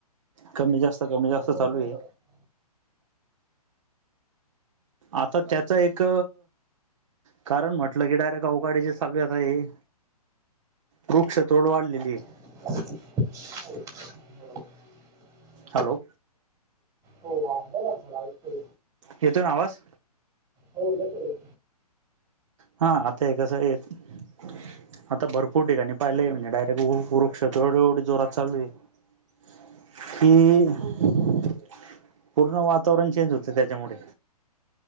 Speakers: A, on the right (about 50°); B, on the right (about 15°).
A: कमी जास्तं कमी
B: आता
A: जास्तं
B: दोन
A: चालूं
B: दिवसात
A: आहे आंता त्यांचं एक कारणं म्हटलं की डायरेक्ट अवघडीचे चालूं आहेेतं हे वृक्ष तोड वाढलेली आहे
B: <inaudible>
A: हॅलो!
B: हो आला झा <unintelligible>
A: येतो ना आवाज?
B: हो येतो की.
A: हा आताय कसं येतंय. आता भरपूर ठिकाणी पाहिलंय म्हणजे डायरेक्ट वृक्षात एवढी जोरात चालू आहे. ह <inaudible> कि पूर्ण वातावरण चेंज होत त्यांच्यामुळे,